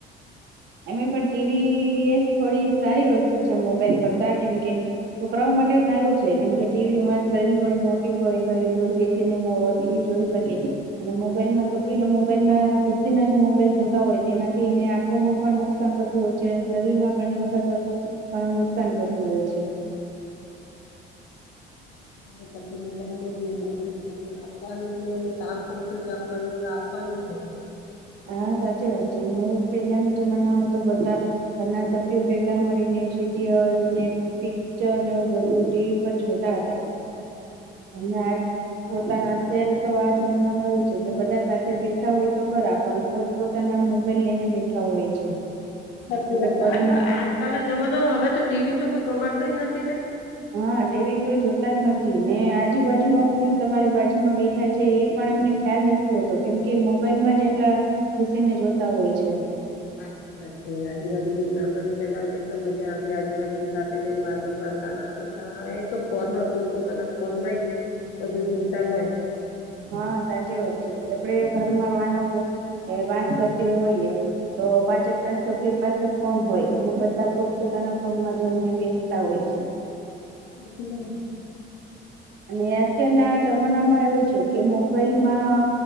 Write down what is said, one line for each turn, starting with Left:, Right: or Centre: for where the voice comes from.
Right: અને પણ ટીવી એ થોડી સારી વસ્તુ છે મોબાઈલ કરતા કેમકે છોકરાઓ માટે સારું છે, કેમકે ટીવીમાં સ્ક્રીન થોડી મોટી હોય તો એ દૂર બેસીને ટીવી જોઈ શકે. અને મોબાઈલમાં તો પેલો મોબાઈલમાં ઘૂસીને જ મોબાઈલ જોતા હોય તેનાથી એને આખોમાં પણ નુકસાન થતું હોય છે શરીરમાં ઘણી વખત ઘણું નુકસાન થતું હોય છે.
Left: તારે પછી મોબાઈલ નઈ જોવો, પછી એને આપાનું જ નઈ ને કામ પૂરતું જ આપાનું નઈ તો આપાનું જ નઈ.
Right: હા, સાચી વાત છે અને પેલાના જમાનામાં તો બધા ઘરના સભ્યો ભેગા મળીને સીટીહોલ ને પિક્ચરને એવું બધું ટીવી પર જોતા હતા અને આજ પોતાના અત્યારે તો આ જમાનામાં એવું છે કે બધા સાથે બેઠા હોય તો ખરા પણ પોત-પોતાના મોબાઈલ લઈને બેઠા હોય છે.
Left: સાચી
Right: એટલે
Left: વાત
Right: ઘરમાં
Left: છે. આ આજકાલના જમાનામાં હવે તો ટીવી તો કોઈ ગમાડતું જ નથી ને.
Right: હા ટીવી કોઈ જોતા જ નથી ને આજુબાજુમાં પણ તમારી બાજુમાં બે ઠ્યા છે એ પણ એમને ખ્યાલ નથી હોતો કેમ કે મોબાઈલમાં જ એટલા ઘુસીને જોતા હોય છે.
Left: સાચી વાત છે. આજુબાજુમ આપડે તો પેલા કેટલા મજા આવતી. આજુબાજુમ સાથે બેહીન વાતો કરતા ન તા. એ તો ફોનમાં પોત-પોતાના ફોનમાં જ બધું જોતા હોય.
Right: હા, સાચી વાત છે. આપડે ઘરમાં માનો કે પાંચ સભ્ય હોઈએ. તો પાંચે પાંચ સભ્ય પાસે ફોન હોય અને બધા પોત-પોતાના ફોનમાં જોઈને બેસતા હોય છે.
Left: એટલે જ.
Right: અને અત્યારના જમાનામાં એવું છે કે મોબાઈલમાં